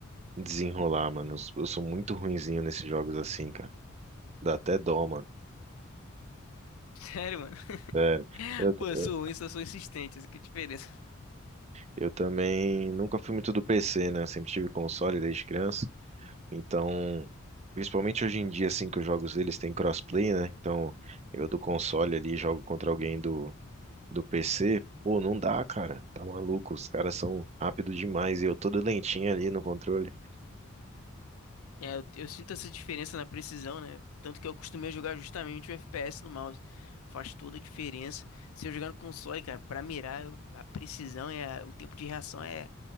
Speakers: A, on the right; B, on the left.
A: desenrolar, mano. Eu sou eu sou muito ruinzinho nesses jogos assim, cara. Dá até dó, mano.
B: Sério, mano. <laughs>
A: Sério. Eu,
B: Pô, eu
A: eu,
B: sou ruim, só sou insistente. Essa que é a diferença.
A: eu também nunca fui muito do PC, né? Eu sempre tive console desde criança. Então, principalmente hoje em dia, assim, que os jogos deles têm crossplay, né? Então, eu do console ali jogo contra alguém do, do PC. Pô, não dá, cara. Tá maluco. Os caras são rápidos demais e eu todo lentinho ali no controle.
B: É, eu, eu sinto essa diferença na precisão, né? Tanto que eu acostumei a jogar justamente o FPS no mouse. Faz toda a diferença. Se eu jogar no console, cara, pra mirar, eu- a precisão e a- o tempo de reação é